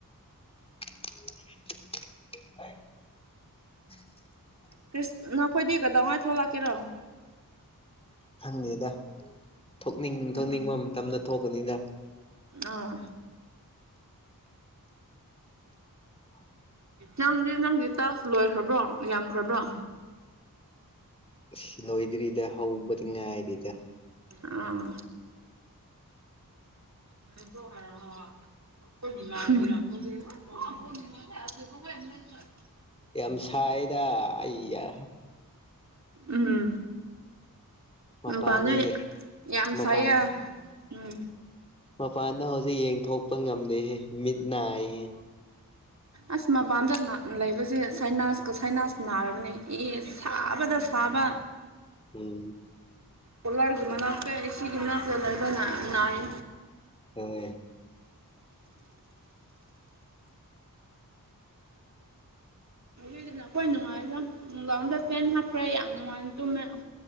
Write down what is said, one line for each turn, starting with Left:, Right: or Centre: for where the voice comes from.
Left: <unintelligible>
Right: ꯀ꯭ꯔꯤꯁ ꯅꯈꯣꯏꯗꯤ ꯀꯗꯧꯉꯩ ꯊꯣꯛꯂꯛꯀꯦꯔꯣ
Left: ꯈꯪꯗ‌ꯦꯗ ꯊꯣꯛꯅꯤꯡ
Right: ꯎꯝ
Left: ꯊꯣꯛꯅꯤꯡꯕ ꯃꯇꯝꯗ ꯊꯣꯛꯀꯅꯤꯗ
Right: ꯑꯥ
Left: <inaudible>
Right: ꯅꯪꯗꯤ ꯅꯪꯒꯤ ꯇꯥꯛꯁ ꯂꯣꯏꯈ꯭ꯔꯕ꯭ꯔꯣ ꯌꯥꯝꯈ꯭ꯔꯕ꯭ꯔꯣ
Left: ꯏꯁ ꯂꯣꯏꯗ꯭ꯔꯤꯗ ꯍꯧꯕꯗ ꯉꯥꯏꯔꯤꯗ
Right: ꯑꯥ <unintelligible> ꯍꯨꯝ꯫ <unintelligible>
Left: ꯌꯥꯝ ꯁꯥꯏꯗ ꯑꯩꯌꯥ꯫
Right: ꯎꯝ꯫
Left: ꯃꯄꯥꯟꯗ
Right: ꯃꯄꯥꯟꯗꯩ ꯌꯥꯝ
Left: ꯃꯄꯥꯟ
Right: ꯁꯥꯏꯌ‌ꯦ ꯎꯝ꯫
Left: ꯃꯄꯥꯟꯗ ꯍꯧꯖꯤꯛ ꯌꯦꯡꯊꯣꯛꯄ ꯉꯝꯗꯦꯍꯦ ꯃꯤꯠ ꯅꯥꯏꯍꯦ
Right: ꯑꯁ ꯃꯄꯥꯟꯗ ꯂꯩꯕꯁꯦ ꯁꯥꯏꯅꯥꯁꯀ ꯁꯥꯏꯅꯥꯁ ꯅꯥꯔꯕꯅꯦ ꯑꯦꯁ ꯁꯥꯕꯗ ꯁꯥꯕ
Left: ꯎꯝ
Right: ꯀꯣꯂꯥꯒꯤ ꯃꯅꯥꯛꯇ‌ꯦ ꯑ‌ꯦ ꯁꯤꯒꯤ ꯃꯅꯥꯛꯇ ꯂꯩꯕ ꯅꯥꯏ
Left: ꯎꯝ
Right: ꯐꯤꯗꯨꯅ ꯑꯩꯈꯣꯏ ꯅꯨꯡꯉꯥꯏꯗ ꯅꯨꯡꯗꯥꯡ ꯗꯥ ꯄꯦꯟ ꯍꯥꯞꯈ꯭ꯔꯦ ꯌꯥꯝ ꯅꯨꯡꯉꯥꯏꯅ ꯇꯨꯝꯃꯦ